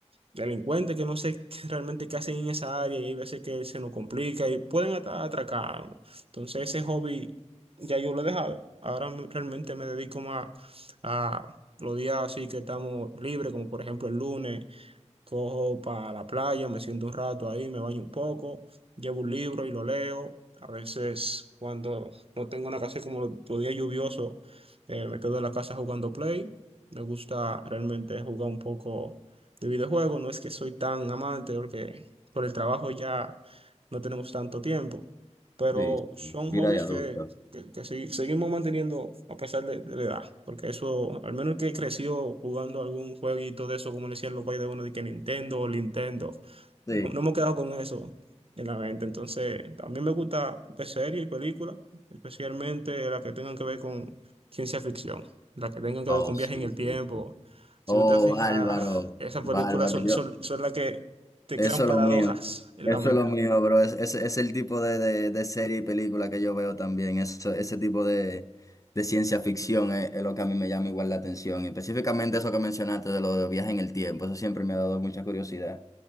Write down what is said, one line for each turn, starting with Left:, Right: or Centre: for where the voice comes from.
Right: delincuentes que no sé <laughs> realmente qué hacen en esa área y hay veces que se nos complica y pueden hasta atracar a uno. Entonces ese hobby ya yo lo he dejado. Ahora me- realmente me dedico más a los días así que estamos libres, como por ejemplo el lunes, cojo para la playa, me siento un rato ahí, me baño un poco, llevo un libro y lo leo. A veces cuando no tengo una casa como los días lluviosos, eh, me quedo en la casa jugando Play. Me gusta realmente jugar un poco de videojuego. No es que soy tan amante porque por el trabajo ya no tenemos tanto tiempo, pero
Left: sí, sí.
Right: son
Left: Vida
Right: hobbies
Left: de adulto.
Right: que que, que segui- seguimos manteniendo a pesar de, de la edad, porque eso, al menos el que creció jugando algún jueguito de eso, como le decían los países de uno, de que Nintendo, o Nintendo,
Left: Sí.
Right: no, no hemos quedado con eso en la mente. Entonces, también me gusta ver series y películas, especialmente las que tengan que ver con ciencia ficción, las que tengan que
Left: Oh,
Right: ver con
Left: sí,
Right: viaje en el
Left: sí,
Right: tiempo.
Left: sí.
Right: Si
Left: Oh,
Right: usted fija,
Left: Álvaro,
Right: <sighs> esas
Left: Bárbaro.
Right: películas son,
Left: Yo,
Right: son, son las que te
Left: Eso
Right: crean
Left: es
Right: paradojas
Left: lo mío.
Right: en
Left: Eso
Right: la mente.
Left: es lo mío, bro. Es, es, es el tipo de, de, de serie y película que yo veo también. Eso- ese tipo de, de ciencia ficción es, es lo que a mí me llama igual la atención. Y Específicamente eso que mencionaste de lo de viaje en el tiempo. Eso siempre me ha dado mucha curiosidad.